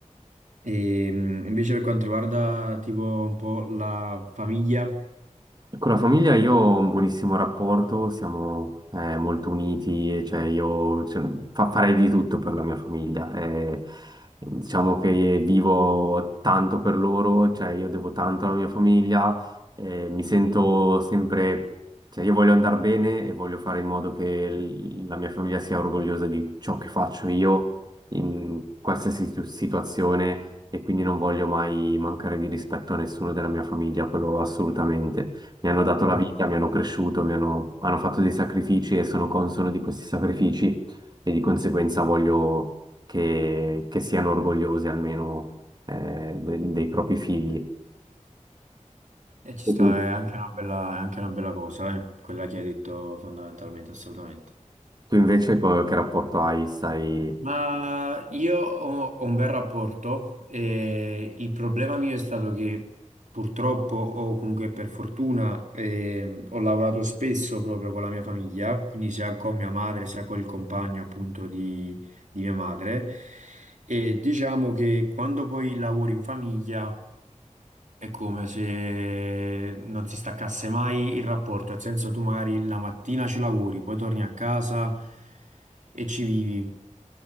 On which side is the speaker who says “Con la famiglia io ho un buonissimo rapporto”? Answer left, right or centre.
Right